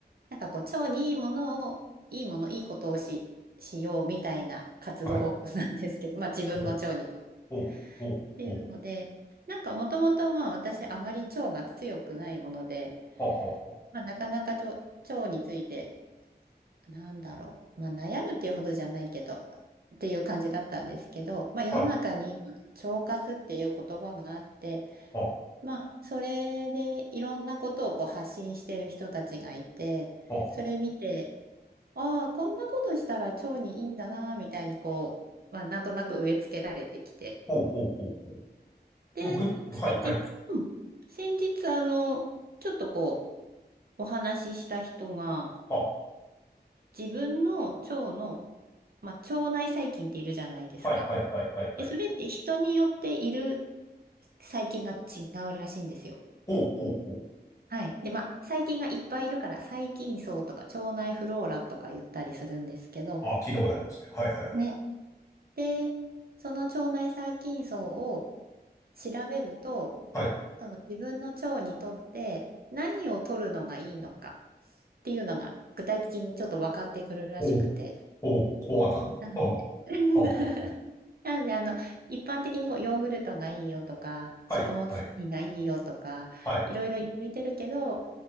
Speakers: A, on the right (about 60°); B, on the left (about 15°).
A: なんかこう、腸にいいものを、いいもの、いいことをし、しようみたいな活動
B: はい。
A: <laughs> なんですけど、まあ、自分の腸にと。
B: ほう、ほう、ほう、
A: っていうので、
B: ほう。
A: なんかもともと、まあ、私、あまり腸が強くないもので、
B: はあ、はあ、は
A: まあ、なかなか腸、腸について、なんだろう、まあ、悩むっていうほどじゃないけどっていう感じだったんですけど、まあ、世の中に今腸活っていう言葉があって、
B: あ。はい、はあ、は
A: まあ、それでいろんなことをこう発信してる人たちがいてそれ見て
B: あ、はあ、は
A: ああこんなことしたら腸にいいんだなみたいにこう、まあ、なんとなく植え付けられてきて
B: ほう、ほう、ほう、ほ
A: で先日、
B: う。ぐ、はい、はい。
A: うん先日あのちょっとこうお話しした人が
B: は
A: 自分の腸のまあ、腸内細菌っているじゃないですか。
B: あ、はい、はい、はい、はい、はい。
A: で、それって人によっている細菌が違うらしいんですよ。
B: ほう、ほう、ほう。
A: はい。で、まあ、細菌がいっぱいいるから、細菌層とか腸内フローラとか言ったりするんですけど、
B: あ、聞いたことありますね。はい、はい、はい。
A: ね。で、その腸内細菌層を調べると、
B: はい
A: その自分の腸にとって何を取るのがいいのかっていうのが具体的にちょっと分かってくるらしくて。
B: おう、おう、コアだな。
A: うん
B: ああ、
A: <laughs>
B: ああ、ああ
A: なので、あの、一般的にこうヨーグルトがいいよとか、
B: はい、
A: 食物繊維がいいよとか、
B: はい、はい。
A: いろいろ言われてるけど、